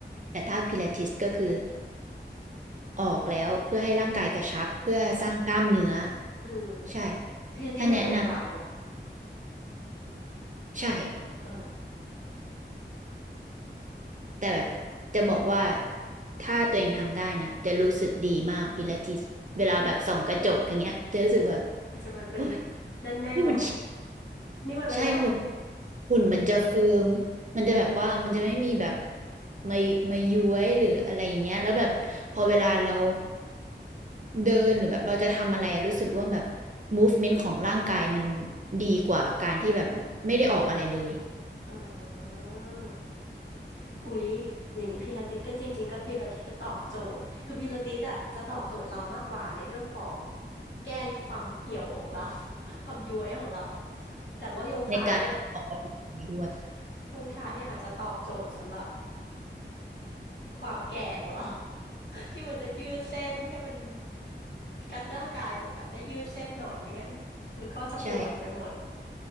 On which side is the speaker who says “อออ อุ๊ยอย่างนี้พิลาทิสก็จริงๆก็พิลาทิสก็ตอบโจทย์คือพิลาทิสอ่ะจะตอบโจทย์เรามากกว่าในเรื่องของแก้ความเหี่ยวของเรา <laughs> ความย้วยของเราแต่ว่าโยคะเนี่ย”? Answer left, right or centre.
Left